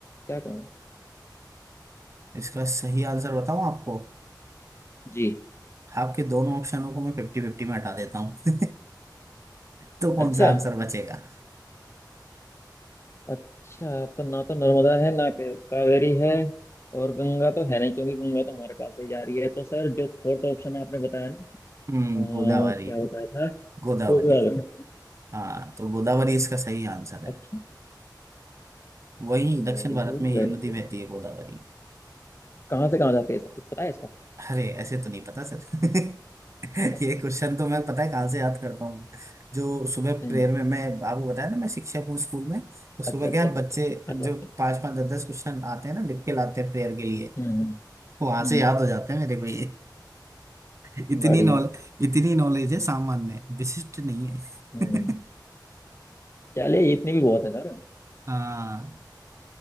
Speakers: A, on the left (about 35°); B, on the right (about 40°).
A: क्या कहूँ
B: इसका सही आंसर बताऊं आपको
A: जी
B: आपके दोनों ऑप्शनों को मैं फिफ्टी फिफ्टी में हटा देता हूँ <laughs> तो कौन
A: अच्छा
B: सा आंसर बचेगा
A: अच्छा तो ना तो नर्मदा है ना के- कावेरी है और गंगा तो है नहीं क्योंकि गंगा तो हमारे पास ही जा रही है तो सर जो फोर्थ ऑप्शन आपने बताया ना अ,
B: हम्म गोदावरी
A: क्या बताया था
B: गोदावरी
A: गोदावरी
B: हाँ तो गोदावरी इसका सही आंसर
A: अच्छा
B: है वही दक्षिण
A: Very
B: भारत
A: good
B: में ये
A: very
B: नदी
A: good
B: बहती है गोदावरी
A: कहाँ से कहाँ जाती है सब कुछ पता है इसका
B: अरे ऐसे तो नहीं पता सर <laughs>
A: अच्छा
B: ये क्वेश्चन तो मैं पता है कहाँ से याद करता हूँ जो सुबह
A: हम्म
B: प्रेयर में मैं आपको बताया ना मैं शिक्षक हूँ स्कूल में तो सुबह
A: अच्छा अच्छा
B: क्या है,
A: अच्छा
B: बच्चे
A: अच्छा अच्छा
B: जो
A: आगे आगे।
B: पांच पांच दस दस क्वेश्चन आते हैं ना लिख के लाते हैं प्रेयर के लिए
A: हम्म हम्म
B: वो वहां से
A: हम्म,
B: याद हो जाते हैं मेरे को ये <laughs> इतनी
A: बढ़िया
B: नॉल इतनी नॉलेज है सामान्य है, विशिष्ट नहीं है
A: हम्म
B: <laughs>
A: चलिए इतनी भी बहुत है सर
B: हाँ